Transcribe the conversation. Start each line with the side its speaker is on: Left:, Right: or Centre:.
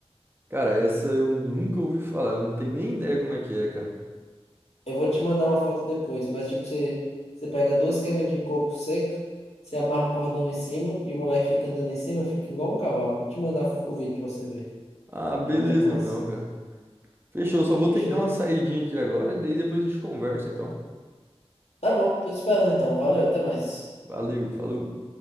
Right: Cara, essa eu nunca ouvi falar. Eu não tenho nem ideia como é que é, cara.
Left: Eu vou te mandar uma foto depois, mas tipo, você, você pega duas cangas de coco seca, você amarra um cordão em cima e o moleque fica andando em cima, fica igual um cavalo. Vou te mandar o vídeo pra você ver.
Right: Ah, beleza
Left: É muito massa.
Right: então, cara. Fechou, só vou
Left: Fechou.
Right: ter que dar uma saidinha aqui agora, e daí depois a gente conversa, então.
Left: Tá bom, tô te esperando então. Valeu, até mais.
Right: Valeu, falou.